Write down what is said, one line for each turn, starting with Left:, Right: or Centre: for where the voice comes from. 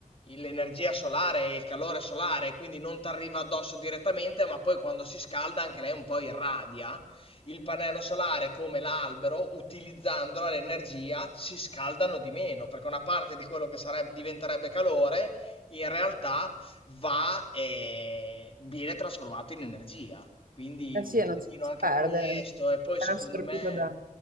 Left: l'energia solare e il calore solare, quindi non ti arriva addosso direttamente, ma poi quando si scalda anche lei un po' irradia. Il pannello solare, come l'albero, utilizzandola l'energia, si scaldano di meno, perché una parte di quello che sarebbe, diventerebbe calore, in realtà va e viene trasformato in energia. Quindi
Right: eh
Left: un
Right: sì, e
Left: pochino
Right: non si
Left: anche
Right: perde,
Left: questo, e poi
Right: è
Left: secondo
Right: assorbito
Left: me,
Right: da...